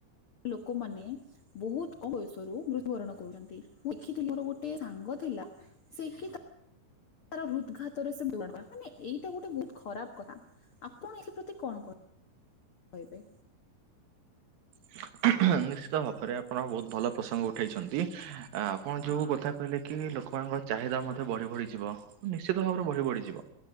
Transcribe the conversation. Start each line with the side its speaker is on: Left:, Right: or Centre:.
Left: ଲୋକମାନେ। ବୋହୁତ କମ୍ ବୟସରୁ ମୃତ୍ୟୁବରଣ କରୁଚନ୍ତି ମୁଁ ଦେଖିଥିଲି ମୋର ଗୋଟେ ସାଙ୍ଗ ଥିଲା ଶିଖିତ ତାର ହୃଦ୍ଘାତରେ ସେ ମରିଗଲା ଏଇଟା ଗୋଟେ ବୋହୁତ ଖରାପ କଥା ଆପଣ ଏଥି ପ୍ରତି କଣ କହିବେ। କହିବେ
Right: ନିଶ୍ଚିତ ଭାବରେ ଆପଣ ବୋହୁତ ଭଲ ପ୍ରସଙ୍ଗ ଉଠେଇଚନ୍ତି ଆପଣ
Left: ହଁ
Right: ଯୋଉ କଥା କହିଲେ କି ଲୋକମାନଙ୍କର ଚାହିଦା ମଧ୍ୟ ବଢ଼ି ବଢ଼ିଯିବ ନିଶ୍ଚିତ ଭାବରେ ବଢ଼ି ବଢ଼ିଯିବ।